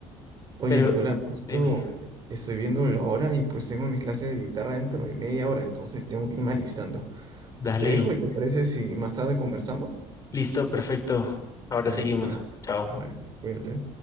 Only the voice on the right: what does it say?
Oye,
Nicolás, justo
estoy viendo la hora y pues tengo mi clase de guitarra dentro de media hora, entonces tengo que irme alistando.
Te dejo y te parece si más tarde conversamos.
Dale,
Nicolás.
Bueno, cuídate.